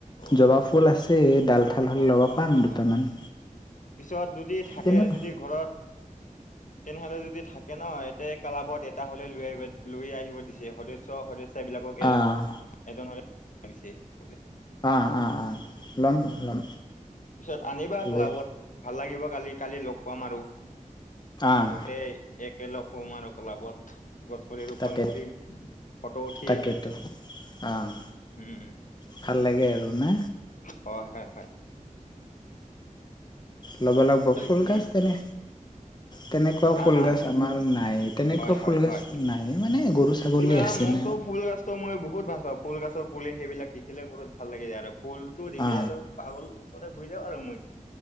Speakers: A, on the left (about 65°); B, on the left (about 30°).
A: অ
B: জবা ফুল আছে ডালঠাল হ'ল
A: অ
B: লগব
A: অ
B: পাম
A: অ
B: দুটামান।
A: অ পিছত যদি থাকে
B: তেনেকুৱা
A: যদি ঘৰত তেনেহলে যদি থাকে ন ক্লাবত এটা হলে লৈ আহ লৈ আহিব দিছে সদস্য - সদস্য ইচা বিলাকক এজন
B: আহ
A: এজনছে বোলে
B: অ- অ - অ, লম - লম।
A: পিছত আনিবা ক্লাবত
B: লৈ
A: ভাল লাগিব কালি - কালি লগ পাম আৰু।
B: আহ
A: গোটেই একেলগ সোম আৰু ক্লাবত গছ পুলি ৰোপন
B: তাকে
A: কৰিম। ফটো উঠিম
B: তাকেতো আহ
A: উম,
B: ভাল লাগে আৰু না
A: হয় - হয় - হয়।
B: লব লাগিব
A: হয়
B: ফুল
A: উম
B: গছ তেনে তেনেকুৱা
A: হা
B: ফুল
A: হা
B: গছ আমাৰ নাই তেনেকুৱা
A: হয় হয়
B: ফুলগছ
A: হয়
B: নাই মানে গৰু ছাগলী
A: কিবা
B: আছে
A: মোকতো
B: ন
A: ফুল গছটো মই বহুত ভাল পাও ফুল গছৰ পুলি সেইবিলাক দেখিলে বহুত ভাল লাগে যায় আৰু। ফুলটো দেখিল
B: অ
A: আৰু পাগল দৰে শুই যাব আৰু মই।